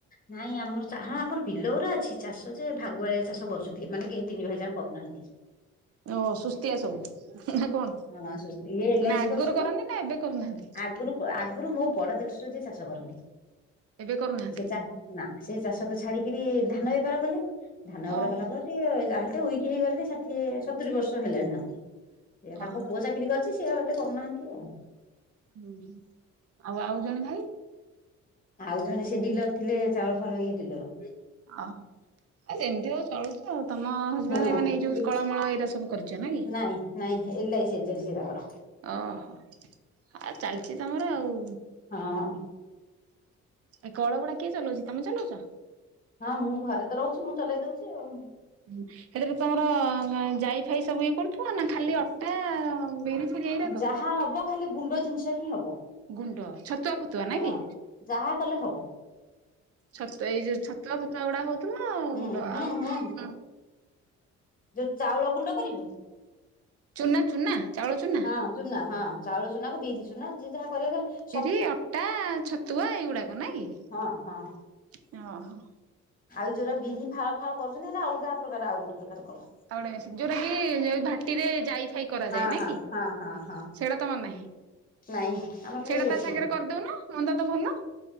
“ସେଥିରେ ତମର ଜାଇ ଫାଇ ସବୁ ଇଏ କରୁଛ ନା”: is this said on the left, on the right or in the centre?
Right